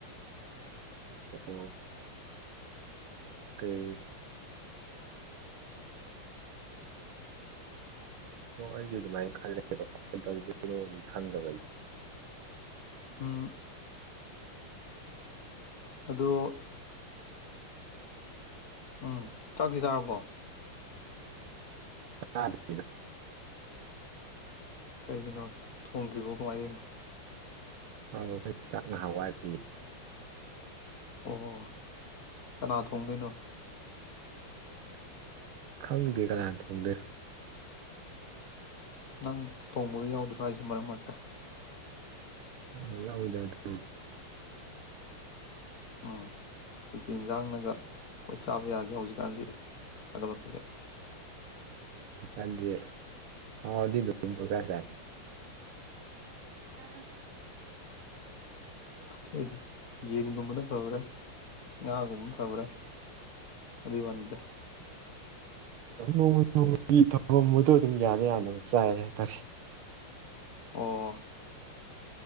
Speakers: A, on the right; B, on the left.
A: ꯑꯣ ꯀꯩ ꯑꯣ ꯑꯩꯁꯨ ꯑꯗꯨꯃꯥꯏꯅ ꯈꯜꯂꯒꯦꯗ ꯀꯩꯗꯧꯗꯣꯏꯅꯣꯗꯤ ꯈꯪꯗꯕ ꯑꯩꯗꯨ
B: ꯎꯝ ꯑꯗꯣ ꯎꯝ ꯆꯥꯛꯇꯤ ꯆꯥꯔꯕꯣ
A: ꯆꯗꯔ꯭ꯤꯗ
B: ꯀꯩꯒꯤꯅꯣ ꯊꯣꯡꯗ꯭ꯔꯤꯕꯣ ꯀꯃꯥꯏ ꯇꯧꯔꯤꯅꯣ
A: ꯑ ꯑꯩꯈꯣꯏ ꯆꯥꯛ ꯉꯥꯏꯍꯥꯛ ꯋꯥꯠꯂꯤꯌꯦ
B: ꯑꯣ ꯀꯅꯥ ꯊꯣꯡꯗꯣꯏꯅꯣ
A: ꯈꯪꯗꯦ ꯀꯅꯥꯅ ꯊꯣꯡꯗꯨꯏꯅꯣ
B: ꯅꯪ ꯊꯣꯡꯕꯒ ꯌꯥꯎꯗ꯭ꯔꯣ ꯍꯥꯏꯁꯦ ꯃꯔꯛ ꯃꯔꯛꯇ
A: ꯑ ꯌꯥꯎꯋꯤꯗ ꯑꯗꯨ
B: ꯎꯝ ꯀꯩꯀꯩ ꯏꯟꯁꯥꯡꯅꯒ ꯈꯋ꯭ꯥꯏ ꯆꯥꯕ ꯌꯥꯒꯦ ꯍꯧꯖꯤꯛꯀꯥꯟꯁꯦ ꯁꯥꯒꯠꯂꯛꯄꯁꯦ
A: ꯈꯪꯗꯦ ꯍꯥꯎꯔꯗꯤ ꯑꯗꯨꯝ ꯄꯪꯆꯥ ꯆꯥꯏ <unintelligible>
B: ꯀꯁ ꯌꯦꯟꯒꯨꯝꯕꯅ ꯐꯕ꯭ꯔꯥ ꯉꯥꯒꯨꯝꯕ ꯐꯕ꯭ꯔꯥ ꯑꯗꯨꯏꯒꯤ ꯋꯥꯅꯤꯗ
A: ꯅꯣꯡꯃ ꯅꯣꯡꯃꯒꯤ ꯊꯧꯐꯝꯕꯨꯗꯣ ꯑꯗꯨꯝ ꯌꯥꯅ ꯌꯥꯅꯕ ꯆꯥꯏ ꯍꯥꯏꯇꯥꯔꯦ
B: ꯑꯣ